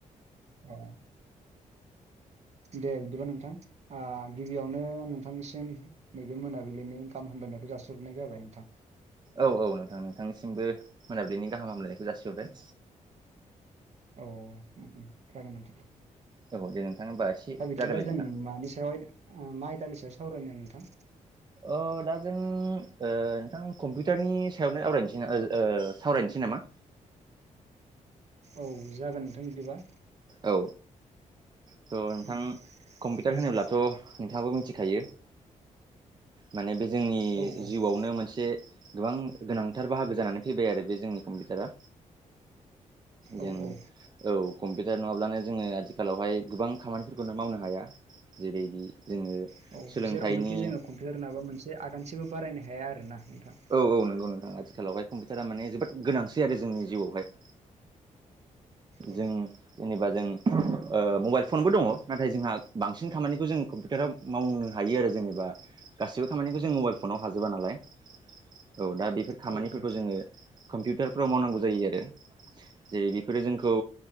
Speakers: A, on the right; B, on the right.
A: अ दे बिदिबा नोंथां गिबियावनो नोंथांनिसिम नैबे मोनाबिलिनि गाहाम हामलायनायखौ जासिहरनाय जाबाय नोंथां
B: औ औ नोंथां नोंथांनिसिमबो मोनाबिलिनि गाहाम हामलायनायखौ जासिहरबाय
A: औ जागोन नोंथां
B: औ दे नोंथां होमबा एसे
A: दा बिदिबा
B: जागायलाय
A: जों
B: नोंथां
A: मानि सायावहाय मा आयदानि सायाव सावरायनो नोंथां
B: अ दा जों नोंथां कम्पिउटारनि सायावनो आवरायनोसै सावरायनोसै नामा
A: औ जागोन नोंथां बिदिबा
B: औ थ' नोंथां
A: उम
B: कम्पिउटार
A: आथि
B: होनोब्लाथ' नोंथाङाबो मिथिखायो माने बे जोंनि
A: औ औ
B: जिउआवनो मोनसे गोबां गोनांथार बाहागो जानानै फैबाय आरो बे जोंनि कम्पिउटारा जों
A: औ औ
B: औ कम्पिउटार नङाब्लानो जोङो आथिखालावहाय गोबां खामानिफोरखौनो मावनो हाया जेरैदि जोङो
A: औ
B: सोलोंथाइनि
A: जेरावनोखि जोङो कम्पिउटार नङाबा मोनसे आगानसेबो बारायनो हाया आरो ना नोंथां
B: औ औ नंगौ नोंथां आथिखालावहाय कम्पिउटारा माने जोबोद गोनांसै आरो जोंनि जिउआवहाय
A: औ
B: जों जेनेबा जों मबाइल फनबो दङ नाथाय जोंहा बांसिन खामानिखौ जों कम्पिउटाराव मावनो हायो आरो जेनेबा गासिबो खामानिखौ जों मबाइल फनाव हाजोबा नालाय औ दा बेफोर खामानिफोरखौ
A: औ औ
B: जोङो कम्पिउटारफ्राव मावनांगौ जायो आरो जे बेफोरो जोंखौ